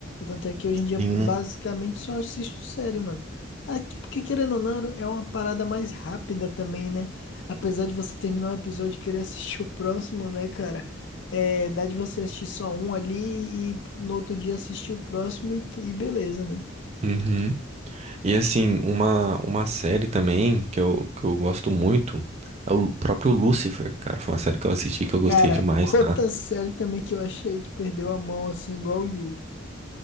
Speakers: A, on the left; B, on the right.
A: Tanto é que hoje em dia
B: Hum.
A: basicamente só assisto série, mano. Aqui, porque querendo ou não, é uma parada mais rápida também, né? Apesar de você terminar um episódio e querer assistir <laughs> o próximo, né, cara? É, dá de você assistir só um ali e no outro dia assistir o próximo e, t- e beleza, né?
B: Uhum. E assim, uma, uma série também que eu, que eu gosto muito é o próprio Lucifer, cara. Foi uma série que eu assisti que eu gostei
A: Cara,
B: demais,
A: <laughs> outra
B: tá?
A: série também que eu achei que perdeu a mão, assim, igual o Yu.